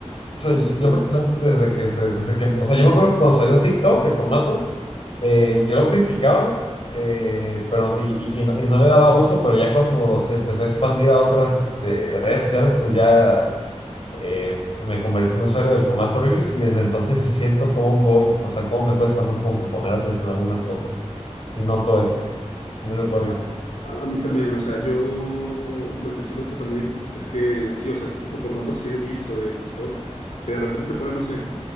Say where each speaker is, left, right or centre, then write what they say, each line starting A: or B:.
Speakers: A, on the left; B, on the left.
A: sea, yo, yo
B: No,
A: personalmente desde que, se, desde que, o sea, yo me acuerdo que cuando salió TikTok, el formato, eh, yo lo criticaba, eh, pero, y, y, y no, y no le daba uso, pero ya cuando se empezó a expandir a otras este, redes sociales, pues ya eh, me convertí en usuario del formato Reels y desde entonces sí siento cómo puedo, o sea, cómo me cuesta más como que poner atención a algunas cosas. Sí noto eso, es muy notorio.
B: a, a- a mí también, o sea, yo lo que sí noto también es que, sí, o sea, tipo formatos así de Reels o de TikTok, que de repente te ponen, no sé,